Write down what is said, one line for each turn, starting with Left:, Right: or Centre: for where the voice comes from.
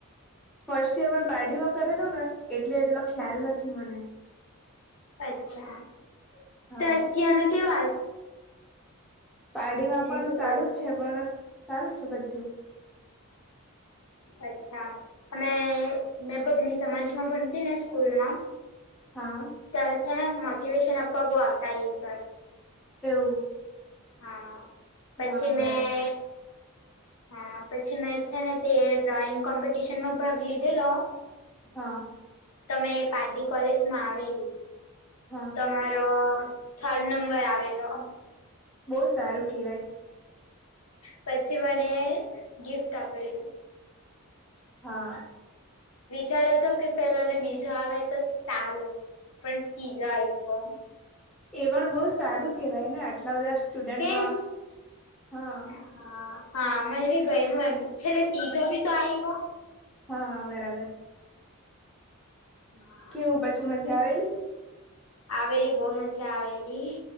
Centre: ફર્સ્ટ ઈયર મે પારડીમાં કરેલું ને એટલે એટલો ખ્યાલ
Left: હા
Centre: નથી મને.
Left: અચ્છા
Centre: હા
Left: ત ત્યાંના કેવા
Centre: પારડીમાં
Left: પ્રિન્સિપલ
Centre: પણ સારું જ છે પણ સારું છે બધું.
Left: અચ્છા અમે મેં ભગની સમાજમાં ભણતી ને સ્કૂલ માં
Centre: હા
Left: તો હ છે ને મોટિવેશન આપવા બહુ આવતા એ સર.
Centre: એવું?
Left: હા પછી
Centre: હા
Left: મેં
Centre: બરાબર
Left: હા પછી મેં છે ને તે ડ્રોઈંગ કોમ્પિટિશન માં ભાગ લીધેલો
Centre: હા
Left: તમે પાલડી કોલેજમાં આવેલી.
Centre: હા
Left: તમારો
Centre: હા
Left: થર્ડ નંબર આવેલો.
Centre: બહુ સારું. કેવાય
Left: પછી મને ગિફ્ટ આપેલું.
Centre: હા.
Left: વિચાર હતો કે પેલો ને બીજો આવે તો સારું, પણ તીજો આપ્યો.
Centre: એ પણ બહુ સારું કેહેવાય ને આટલા બધા સ્ટુડન્ટમાં
Left: તેસ.
Centre: હા
Left: હા હા મને બી ગયમું એમ છેલે તીજ બી તો આઈવ.
Centre: હા બરાબર.
Left: હા.
Centre: કેવું પછી મજા આવેલી?
Left: આવેલી બહ મજા આવેલી.